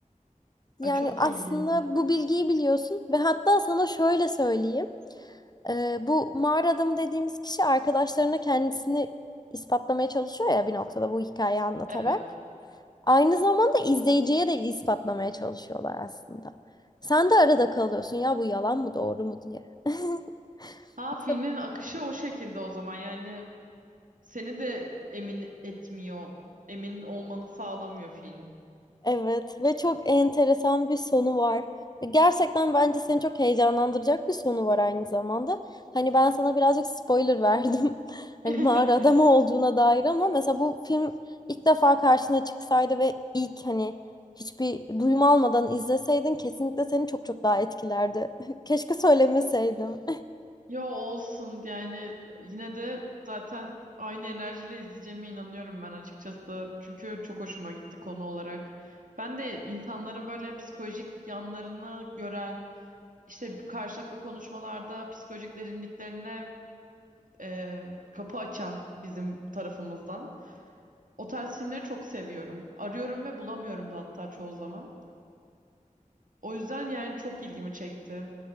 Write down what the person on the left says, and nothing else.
Yani
aslında
bu bilgiyi biliyorsun ve hatta sana şöyle söyleyeyim. Ee, bu mağara adamı dediğimiz kişi arkadaşlarına kendisini ispatlamaya çalışıyor ya bir noktada bu hikayeyi anlatarak.
Aynı zamanda izleyiciye de ispatlamaya çalışıyorlar aslında. Sen de arada kalıyorsun ya bu yalan mı doğru mu diye. <laughs>
Mesela
Evet ve çok enteresan bir sonu var. E, Gerçekten bence seni çok heyecanlandıracak bir sonu var aynı zamanda. Hani ben sana birazcık spoiler verdim. <laughs> Hani
mağara adamı olduğuna dair ama mesela bu film ilk defa karşına çıksaydı ve ilk hani hiçbir duyum almadan izleseydin kesinlikle seni çok çok daha etkilerdi. <laughs> Keşke söylemeseydim.